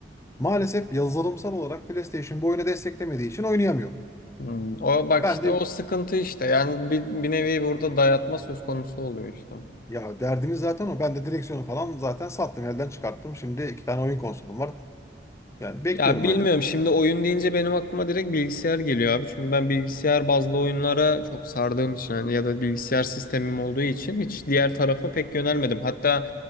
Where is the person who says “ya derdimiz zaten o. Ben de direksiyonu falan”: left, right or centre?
Left